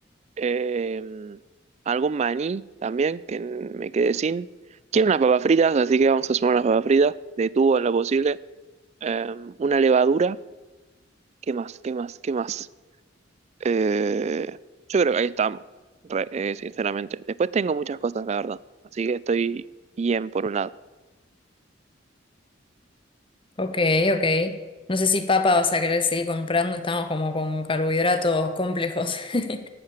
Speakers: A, on the right; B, on the left.
A: Eh, algún maní también, que me quedé sin. Quiero unas papas fritas, así que vamos a sumar unas papas fritas, de tubo en lo posible. Eh, una levadura, ¿qué más? ¿Qué más? ¿Qué más? Eh, yo creo que ahí estamos, re- eh, sinceramente. Después tengo muchas cosas, la verdad. Así que estoy bien por un lado.
B: Ok, ok. No sé si papa vas a querer seguir comprando, estamos como con carbohidratos complejos. <laughs>